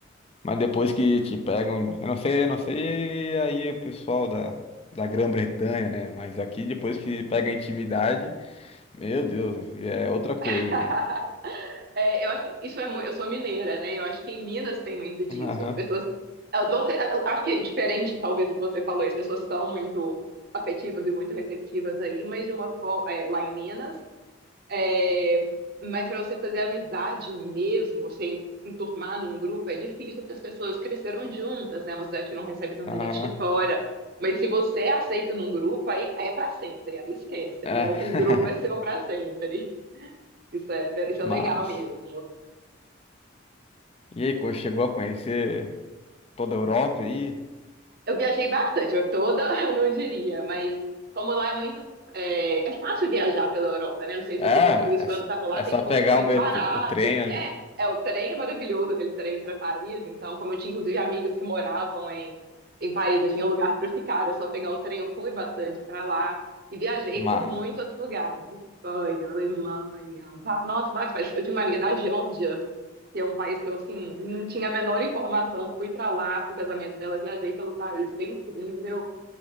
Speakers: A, on the left; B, on the right.
A: Mas depois que te pegam, eu não sei, eu não sei aí o pessoal da, da Grã-Bretanha, né? Mas aqui depois que pega a intimidade, meu Deus, é outra coisa,
B: <laughs>
A: né?
B: É, eu acho que isso é muito, eu sou mineira, né? Eu acho que em Minas tem muito disso.
A: Aham,
B: As pessoas, elas vão ser, eu acho que é diferente, talvez, do que você falou, as pessoas são muito afetivas e muito receptivas aí, mas de uma forma, lá em Minas, é, mas para você fazer amizade mesmo, sem enturmar num grupo, é difícil, porque as pessoas cresceram juntas, né? É Uma cidade que não recebe tanta
A: aham,
B: gente de fora. Mas se você aceita num grupo, aí, aí é para sempre, aí esquece.
A: é.
B: Agora aquele grupo
A: <laughs>
B: é seu para sempre. Isso é, isso é
A: Mas,
B: legal mesmo.
A: e aí, co- chegou a conhecer toda a Europa aí?
B: Eu viajei bastante, eu toda <laughs> eu não diria, mas como lá é muito. É, é fácil viajar pela Europa, né? Não sei se
A: É,
B: você sentiu isso quando
A: é, só
B: estava lá,
A: é
B: tem
A: só
B: voos
A: pegar
B: muito
A: o, metrô,
B: baratos.
A: o trem ali.
B: É, é o trem é maravilhoso, aquele trem para Paris. Então, como eu tinha inclusive amigos que moravam em, em Paris, eu tinha um lugar para ficar, era só pegar o trem, eu fui bastante para lá e viajei
A: Mas,
B: por muitos outros lugares. Espanha, Alemanha, va- nossa, vai, faz- eu tinha uma amiga da Geórgia que é um país que eu, assim, não tinha a menor informação. Fui para lá pro casamento dela, viajei pelo país, foi incrível.